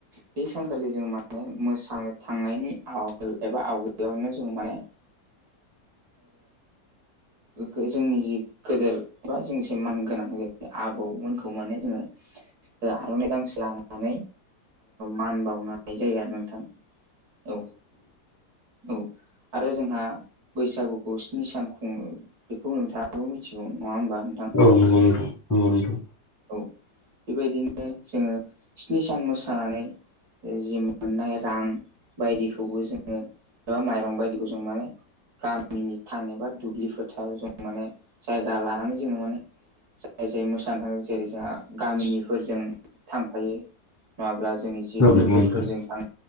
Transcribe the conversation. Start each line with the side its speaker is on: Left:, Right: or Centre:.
Right: बे सानखालि जों माने मोसानो थांनायनि आवगोल एबा आवगोल जों माने गो जोंनि जि गोदोर बा जोंसे मान गोनां जायो आबौमोनखौ माने जोङो आर'नाइ गांसे लानानै मान बावनाय जायो आरो नोंथां औ औ आरो जोंहा बैसागुखौ स्नि सान खुङो बेखौ नोंथाङाबो मिथिगौ नङा होमबा नोंथां
Left: औ नंगौ नोंथां नंगौ नोंथां
Right: औ बेबायदिनो जोङो स्नि सान मोसानानै जि मोननाय रां बायदिखौबो जोङो एबा माइरं बायदिखौ जों माने गामिनि थान एबा दुब्लि फोथाराव जों माने जायगा लानानै जोङो माने जाय जाय मोसानो थाङो जेरै जोंहा गामिनिफोरजों थांफायो नङाब्ला जोंनि जि
Left: नंगौ
Right: लोगोफोरजों
Left: नोंथां
Right: थां